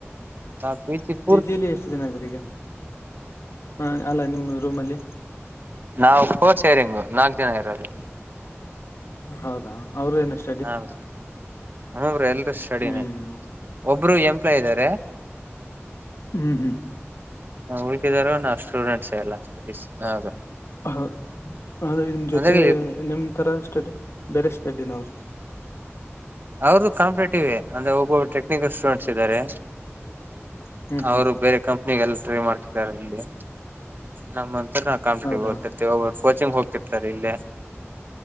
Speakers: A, on the right; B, on the left.
A: ನಾ. <unintelligible>
B: ಪಿಜಿಲಿ ಎಷ್ಟು ಜನ ಇದ್ರ ಈಗ ಹ ಅಲ್ಲ ನಿಮ್ಮ್ ರೂಮ್ಲ್ಲಿ.
A: ನಾವು ಫೋರ್ ಸೇರಿಂಗು ನಾಲ್ಕ್ ಜನ ಇರೋದು.
B: ಹೌದಾ ಅವ್ರ ಏನಷ್ಟ.
A: ಹಾರು ಹಬರು ಎಲ್ರ ಸಡಿನೇ
B: ಹ್ಮ್
A: ಒಬ್ರು ಎಂಪ್ಲಾಯಿ ಇದ್ದಾರೆ.
B: ಹ್ಮ್ ಹ್ಮ್.
A: ಉಳ್ಕಿದಾರ ನಾವು ಸ್ಟೂಡೆಂಟ್ಸೇ ಎಲ್ಲ ಸ್ಟಡೀಸ್ ಹೌದು.
B: ಹಾ ಆದ್ರರೆ ನಿಮ್ಮ ಜೊತೆ
A: ಅಂದ್ರೆ
B: ನಿಮ್ಮ ಥರ ಸ್ಟಡಿ ಬೇರೆ ಸ್ಟಡಿನ ಅವರು.
A: ಅವ್ರರುದು ಕಾಂಪಿಟೇಟಿವ್ರೆ ಅಂದ್ರೆ ಒಬ್ಬೊಬ್ರು ಟೆಕ್ನಿಕಲ್ ಸ್ಟೂಡೆಂಟ್ಸ್ ಇದ್ದಾರೆ..
B: ಹ್ಮ್
A: ಅವರು
B: ಹ್ಮ್
A: ಬೇರೆ ಕಂಪ್ನಿಗೆ ಎಲ್ಲ ಟ್ರೈ ಮಾಡ್ತಿದ್ದಾರೆ ಇಲ್ಲಿ. ನಮ್ಮಂತ್ರರ ನಾ ಕಾಂಪಿಟಿವ್
B: ಹೌದಾ
A: ಓದ್ತಿರ್ತತಿವಿ ಒಬ್ಬರು ಕೋಚಿಂಗ್ ಹೋಗ್ತಿರ್ತಾರೆ ಇಲ್ಲೆ.